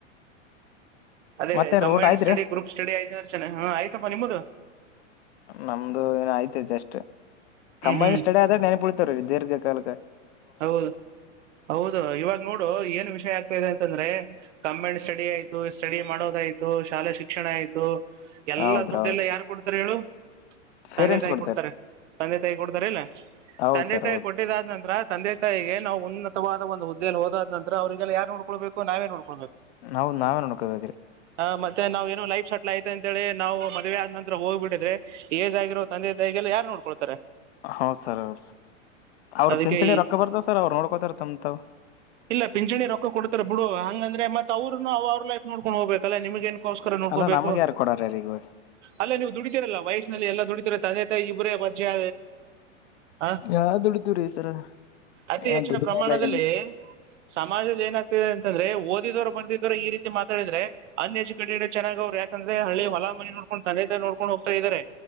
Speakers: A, on the right; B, on the left.
A: ಅದೇ
B: ಮತ್ತೇನ್ರಿ
A: ಕಂಬೈನ್
B: ಊಟ ಆಯ್ತ್ರಿ
A: ಸ್ಟಡಿ ಗ್ರೂಪ್ ಸ್ಟಡಿ ಆಯ್ತ ಹಾ ಆಯ್ತಪ್ಪ ನಿಮ್ಮ್ದು
B: ನಮ್ದು ಏನ ಆಯ್ತಿ ಜಸ್ಟ್ ಕಂಬೈನ್
A: ಹ್ಮ್ ಹ್ಮ್
B: ಸ್ಟಡಿ ಆದಾಗ ನನ್ ಪಳಿತಾರ ದೀರ್ಘ ಕಾಲಕ್ಕ
A: ಹೌದು ಹೌದು ಇವಾಗ ನೋಡು ಏನ್ ವಿಷಯ ಆಗ್ತಾ ಇದೆ ಅಂತಂದ್ರೆ ಕ್ಮೆಂಟ್ ಸ್ಟಡಿ ಆಯ್ತು ಸ್ಟಡಿ ಮಾಡೋದಾಯ್ತು ಶಾಲಾ ಶಿಕ್ಷಣ ಆಯ್ತು ಎಲ್ಲ
B: ಹೌದ್ರಿ
A: ದುಡ್ಡು
B: ಹೌದ್ರಿ
A: ಎಲ್ಲ ಯಏನ್ ಕೊಡ್ತಾರೆ ಹೇಳು
B: ಪೇರೆಂಟ್ಸ್
A: ತಂದೆ ತಾಯಿ
B: ಕೊಡ್ತಾರೀ
A: ಕೊಡ್ತಾರೆ ತಂದೆ ತಾಯಿ ಕೊಡ್ತಾರೆ ಇಲ್ಲ
B: ಹೌದ್
A: ತಂದೆ
B: ಸರ್
A: ತಾಯಿ
B: ಹೌದ್
A: ಕೊಟ್ಟಿದಾದ್ ನಂತತ್ರ ತಂದೆ ತಾಯಿಗೆ ನಾವು ಉನ್ನತವಾದ ಒಂದು ಹುದ್ದೆಯಲ್ಲಿ ಹೋದಾದ ನಂತರ ಅವ್ರರಿಗೆಲ್ಲ ಯಾರು ನೋಡ್ಕೊಳ್ಬೇಕು ನಾವೇ ನೋಡ್ಕೊಳ್ಬೇಕು
B: ನಾವವು ನಾವೇ ನೋಡ್ಕೊಬೇಕ್ರಿ
A: ಹ ಮತ್ತೆ ನಾವ್ ಏನೋ ಲೈಫ್ ಸಟ್ಲ್ ಆಐತೆ ಅಂತ ಹೇಳ ನಾವುದ್ ಮದುವೆಯ ನಂತ್ರ ಹೋಗ್ಬಿದ್ರೆ ಏ್ಗರೋ <unintelligible> ತಂದೆ ತಾಗಿಲ್ಲ ಯಾರು ನೋಡ್ಕೊಳ್ತಾರೆ
B: ಹೌ ಸರ್ ಅವ ಅವ್ರ
A: ಅದಕ್ಕೆ
B: ಪಿಂಚಣಿ
A: ಈ
B: ರೊಕ್ಕ ಬರ್ತವ್ ಸರ್ ಅವ್ರು ನೋಡ್ಕೋತಾರತಂತಾವ
A: ಇಲ್ಲ ಪಿಂಚಣಿ ರೊಕ್ಕ ಕೊಡ್ತಾರೆ ಬಿಡು ಹಂಗಂದ್ರೆ ಮತ್ ಅವರುನು ಅವ್ರ ಲೈ್ ನೋಡ್ಕೊಂಡ್ ಹೋಗಬೇಕಲ್ಲಾ ನಿಮ್ ಏನ್ ಅಕ್ಕೋಸ್ಕರ ನೋಡ್ಕೋಬೇಕು
B: ಅಲ್ಲ ನಮಗ್ ಯಾರು ಕೊಡಾರ ಈಗ
A: ಅಲ್ಲ ನೀವು ದುಡತಿರಲ್ಲ ವಯಸ್ಸನಲ್ಲಿ ಎಲ್ಲ ದುಡಿತೀರಲ್ಲ ತಂದೆ ತಾಯ ಇಬ್ಬರೇ ವಜ್ಯ ಹ
B: ಯಾ ದುಡಿತೀವ್ರೀ ಸರ
A: ಅತಿ
B: ಏನ್
A: ಹೆಚ್ಚಿನ
B: ದುಡಿಮೆ
A: ಪ್ರಮಾಣದಲ್ಲಿ
B: ಇಲ್ಲ ಏನ್
A: ಸಮಾಜದಲ್ಲಿ ಏನಾಗ್ತಿದೆ ಅಂತಂದ್ರೆ ಓದಿದವರು ಬರ್ದಿದ್ರರು ಈ ರೀತಿ ಮಾತಾಡಿದ್ರೆ ಅನ್ ಎಜುಕೇಟೆಡ್ ಚೆನ್ನಾಗ ಅವ್ ಯಾಕಂದ್ರೆ ಹಳ್ಳ ಹೊ ಮಿ ನೋಡ್ಕೊಂಡ ತಂದೆ ತಾಯಿ ನೋಡ್ಕೊಂಡ ಹೋಗತ ಇದ್ದಾರೆ